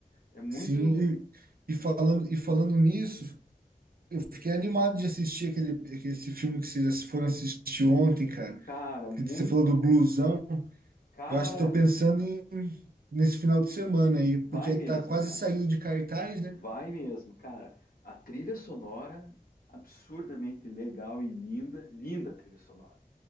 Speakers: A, on the left; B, on the right.
A: É muito.
B: sim. E, e falando, e falando nisso. Eu fiquei animado de assistir aquele, aquele- esse filme que vocês foram assistir ontem, cara.
A: Cara, muito.
B: Que você falou do blusão.
A: Cara,
B: Eu acho que estou pensando em, nesse final de semana aí, porque
A: vai mesmo,
B: tá quase
A: cara.
B: saindo de cartaz, né?
A: Vai mesmo, cara. A trilha sonora, absurdamente legal e linda. Linda a trilha sonora.